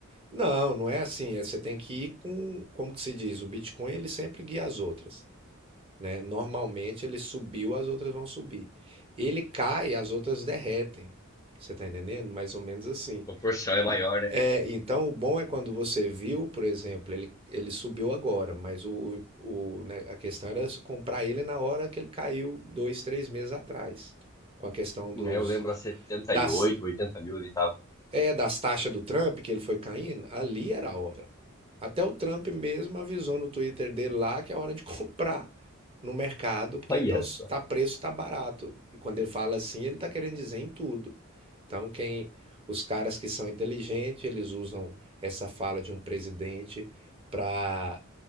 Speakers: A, on the right; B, on the left.
A: Não, não é assim. é- Você tem que ir com, como que se diz, o Bitcoin ele sempre guia as outras. né? Normalmente ele subiu, as outras vão subir. Ele cai, as outras derretem. Você está entendendo? Mais ou menos assim.
B: A proporção é maior, né?
A: É, então o bom é quando você viu, por exemplo, ele, ele subiu agora, mas o, o, né, a questão era se comprar ele na hora que ele caiu dois, três meses atrás. Com a questão dos,
B: É, Eu lembro a 78,
A: das
B: 80 mil ele tava.
A: é, das taxas do Trump, que ele foi caindo, ali era a hora. Até o Trump mesmo avisou no Twitter dele lá que é hora de <laughs> comprar no mercado, porque
B: Olha
A: tá, os-
B: só,
A: tá preço, tá barato. E quando ele fala assim, ele tá querendo dizer em tudo. Então, quem, os caras que são inteligentes, eles usam essa fala de um presidente para